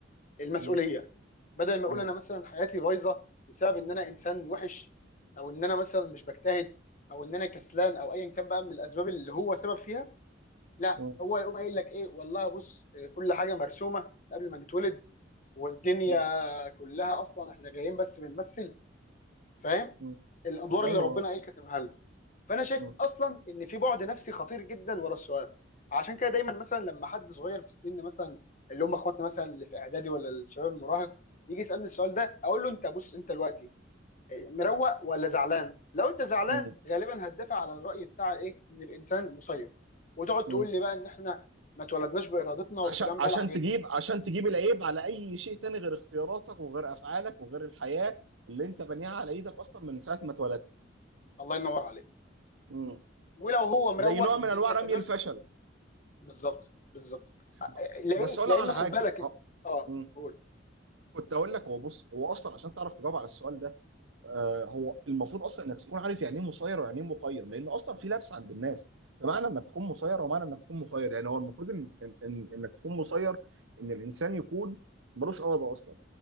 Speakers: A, on the left; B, on the right.
A: المسؤوليه
B: مم.
A: بدل ما اقول
B: مم.
A: انا مثلا حياتي بايظه بسبب ان انا انسان وحش او ان انا مثلا مش بجتهد او ان انا كسلان او ايا كان بقى من الاسباب اللي هو سبب فيها لا
B: مم.
A: هو يقوم قايل لك ايه والله بص إيه، كل حاجه مرسومه قبل ما نتولد والدنيا
B: مم.
A: كلها اصلا احنا جايين بس بنمثل فاهم
B: مم.
A: الادوار
B: ايوه
A: اللي ربنا
B: آه.
A: ايه كاتبها لنا فانا شايف
B: مم.
A: اصلا ان في بعد نفسي خطير جدا ورا السؤال عشان كده دايما مثلا لما حد صغير في السن مثلا اللي هم اخواتنا مثلا اللي في اعدادي ولا الشباب المراهق يجي يسالني السؤال ده اقول له انت بص انت دلوقتي مروق ولا زعلان لو انت زعلان
B: مم.
A: غالبا هتدافع على الراي بتاع ايه ان الانسان مسير وتقعد تقول
B: مم.
A: لي بقى ان احنا ما اتولدناش بارادتنا والكلام
B: عشان عشان
A: بقى العجيب
B: تجيب
A: ده
B: عشان تجيب العيب على اي شيء تاني غير اختياراتك وغير افعالك وغير الحياه اللي انت بانيها على ايدك اصلا من ساعه ما اتولدت
A: الله ينور عليك
B: مم.
A: ولو هو مروق
B: زي نوع
A: والدنيا
B: من انواع رمي
A: تمام
B: الفشل
A: بالظبط بالظبط
B: ب-
A: لان
B: بس اقول
A: لان
B: لك على
A: خد
B: حاجه
A: بالك
B: ه-
A: اه
B: مم.
A: قول
B: كنت اقول لك هو بص هو اصلا عشان تعرف تجاوب على السؤال ده آه هو المفروض اصلا انك تكون عارف يعني ايه مسير ويعني ايه مخير لان اصلا في لبس عند الناس فمعنى انك تكون مسير ومعنى انك تكون مخير يعني هو المفروض إن إن إن انك تكون مسير ان الانسان يكون ملوش اراده اصلا